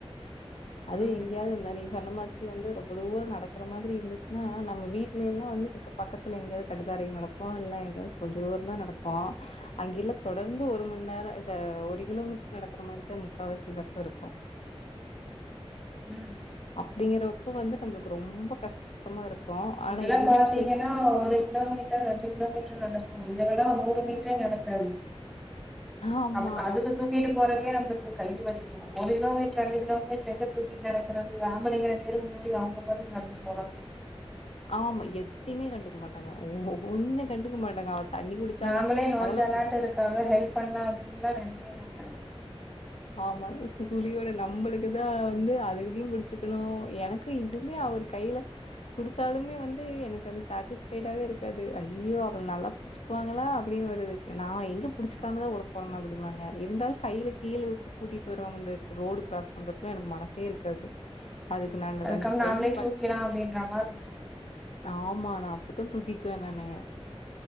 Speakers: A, on the left; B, in the centre.
A: அது
B: ஆமா
A: எங்கேயாவது இந்தா நீ சொன்ன மாதிரி வந்து ரொம்ப தூரம் நடக்கிற மாதிரி இருந்துச்சுன்னா நம்ம வீட்டுல எல்லாம்ந்து பக்கத்து த்துல எங்கேயாவது கடிதாரையும் நடப்போம் இல்ல எங்கேயாவது கொஞ்ச தூர தான் நடப்போம் அங்கெல்லா தொடர்ந்து ஒரு மண் நேரொ ச ஒரு கிலோமீட்டர் நடக்கிற மாரிதா முக்காவாசி வரு இருக்கூ இருக்கூ
B: ம் ம்
A: அப்பிடிங்கறப்போ வந்து நம்மளுக்கு ரொம்ப கஷ்டமா இருக்கூ ஆனா
B: இங்கெல்லா
A: இதுகலயு
B: பாத்தீங்கன்னா
A: சேர்த்து
B: ஒரு கிலோமீட்டர் ரெண்டு கிலோமீட்டர் நடக்கும் இதவல்லாம் நூறு மீட்டர் நடக்காது
A: ஆமா,
B: அ அதுக்கு தூக்கிட்டு போறக்கே நம்மளுக்கு கைது வந்து ஒரு கிலோமீட்டர் ரெண்டு கிலோமீட்டர் எங்க தூக்கிட்டு நடக்கிறது ஆம்பளைங்க பேரு முன்னாடி அவுங்க பாட்டுக்கு நடந்து போறாங்க
A: ஆமா எத்தையுமே கண்டுக்க மாட்டாங்க ஓ ஒண்ணு கண்டுக்க மாட்டாங்க தண்ணி குடிச்சாளா
B: நாமளே நோஞ்சாணாட்டோ
A: அதெல்லாம் கு
B: இருக்காங்க ஹெல்ப் பண்ணலா அப்டின்ல்லா நெனக்கயே மாட்டாங்க
A: ஆமா கு குழியோட நம்பளுக்கு தா வந்து அதுலயு புடிச்சிக்கணு எனக்கு இன்னுமே அவருக் கையில குடுத்தாலுமே வந்து எனக்கு அது சாட்டிஸ் பைடாவே இருக்காது ஐயோ அவள் நல்லா ச்சிக்குவாங்களா அப்டின்னு வருது க நா எங்க புடிச்சக்காமதா ஒட போறனா அப்டிம்பாங்க இருந்தாலு கைய்ல கீழ வுட்டு கூட்டிட்டு வருவாங்க இந்த ரோடு கிராஸ் பண்றப்பலா எனக்கு மனசே இருக்காது அதுக்கு நானு
B: அதுக்காம
A: ரெண்டு பைய்யி
B: நாமளே
A: பத்
B: தூக்கிலா அப்படின்ற மாரி இருக்கு
A: ஆமா நா அப்டி தா தூக்கிக்வே நானு